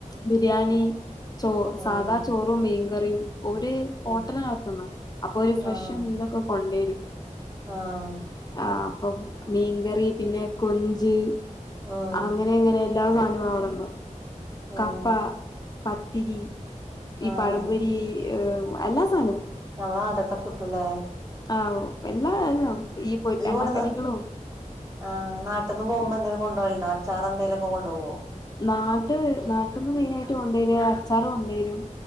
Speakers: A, on the left; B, on the right.
A: ബിരിയാണി ചോറ്
B: ഉം
A: സാദാ ചോറും മീൻകറിയും ഓര്
B: ഉം
A: ഹോട്ടല് ന്നടത്ത്ന്ന് അപ്പൊര് ഫ്രഷ്
B: ആഹ്
A: മീനൊക്കെ കൊണ്ടേരും
B: ആഹ്
A: ആ അപ്പം മീൻകറി പിനെ കൊഞ്ച്
B: ഉം
A: അങ്ങനെങ്ങനെ എല്ലാ സാനോം അവട്ണ്ടാവും കപ്പ
B: ഉം
A: പത്തിരി ഈ
B: ആഹ്
A: പഴംപൊരി ഏർ എല്ലാ സാനോം
B: ആ അതൊക്ക കിട്ടൂലേ
A: ആ വു എല്ലാ എല്ലാം ഈ പൊ
B: ഈവട്ത്
A: എണ്ണക്കടികളും
B: ആ ന്നാട്ട്ന്ന് പോവുമ്പോ
A: ആ
B: എന്തേലും കൊണ്ടോവലുണ്ടോ അച്ചാറെന്തെലൊക്കെ കൊണ്ടോവോ
A: ന്നാട്ട് ന്നാട്ട്ന്ന് മെയ്നായ്ട്ട് കൊണ്ടേരാ അച്ചാറ് കൊണ്ടേരും